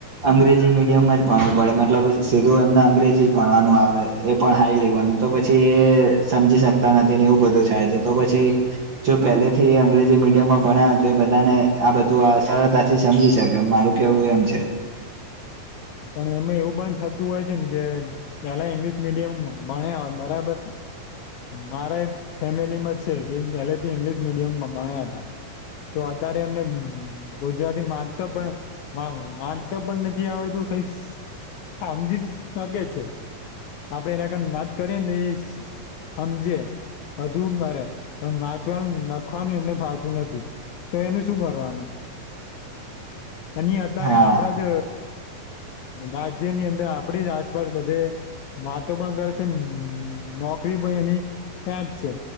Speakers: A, on the right; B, on the left.
A: અંગ્રેજી મીડ ડમ જ ભણવું પડે મતલબ સીધું એમને અંગ્રેજી જ ભણવાનું આવે એ પણ હાઈ લેવાનું તો પછી એ સમજી શકતા નથી ને એવું બધું થાય છે તો પછી જો પહેલેથી અંગ્રેજી મીડિયમમાં ભણા તો એ બધાને આ બધું આ સરળતાથી સમજી શકે મારું કેવું એમ છે
B: <inaudible> એમે એવું પણ થતું હોય છે ને કે પેલા ઇંગ્લિશ મીડિયમ ભણા બરાબર મારે ફેમિલીમાં છે કે પહેલેથી ઇંગ્લિશ મીડિયમમાં ભણ્યા હતા તો અત્યારે એમને ગુજરાતી વાચંતા પણ વાચંતા પણ નથી આવડતું કઈ સમજી શ કે છે આપડે એના કર વાત કરીએ ને એ સમજે બધું કરે પણ વાચવાનું લખવાનું એમને ફાવતું નથી તો એને શું કરવાનું અને અત્યારે
A: હા
B: આપડા જ રાજ્યની અંદર આપડી જ આસપાસ બધે વાતો પણ કરે છે નોકરી પણ એની ત્યાંજ છે